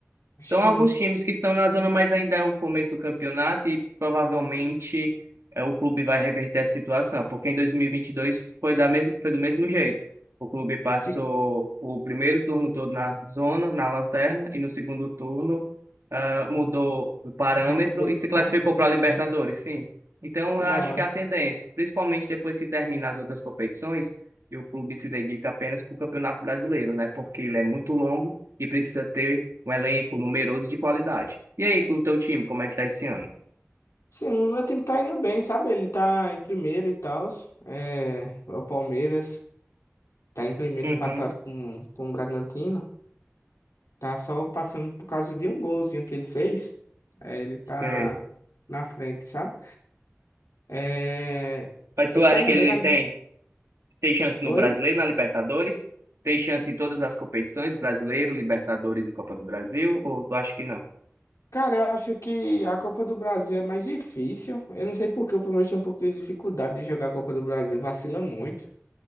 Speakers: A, on the left; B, on the right.
A: Acho
B: São
A: que
B: alguns times que estão na zona, mas ainda é o começo do campeonato e provavelmente é, o clube vai reverter a situação, porque em 2022 foi, da mes foi do mesmo jeito. O clube passou
A: se
B: o primeiro turno todo na zona, na lanterna, e no segundo turno ah, mudou o parâmetro
A: recuperou,
B: e se
A: né?
B: classificou para a Libertadores, sim. Então,
A: Que
B: eu acho
A: da hora.
B: que é a tendência, principalmente depois que terminar as outras competições, e o clube se dedica apenas para o Campeonato Brasileiro, né? Porque ele é muito longo e precisa ter um elenco numeroso de qualidade. E aí, com o teu time, como é que tá esse ano?
A: Sim, meu time tá indo bem, sabe? Ele tá em primeiro e tal. É, é o Palmeiras tá em primeiro
B: Uhum,
A: empatado com, com o Bragantino. Tá só passando por causa de um golzinho que ele fez. É, ele tá
B: sei.
A: na frente, sabe? É,
B: Mas tu
A: ele
B: acha
A: tá indo
B: que ele
A: bem na. Li-
B: tem, tem chance
A: Oi?
B: no Brasileiro, na Libertadores? Tem chance em todas as competições, Brasileiro, Libertadores e Copa do Brasil? Ou tu acha que não?
A: Cara, eu acho que a Copa do Brasil é mais difícil. Eu não sei por que o Palmeiras tem um pouco de dificuldade de jogar a Copa do Brasil, vacila muito.